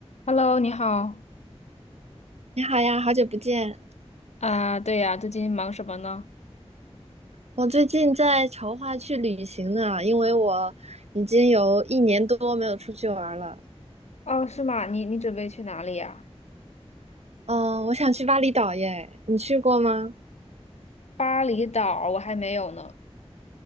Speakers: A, on the left; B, on the right.
A: Hello，你好。
B: 你好呀，好久不见。
A: 啊，对呀，最近忙什么呢？
B: 我最近在筹划去旅行呢，因为我已经有一年多没有出去玩儿了。
A: 哦，是吗？你你准备去哪里呀？
B: 嗯，我想去巴厘岛耶，你去过吗？
A: 巴厘岛我还没有呢。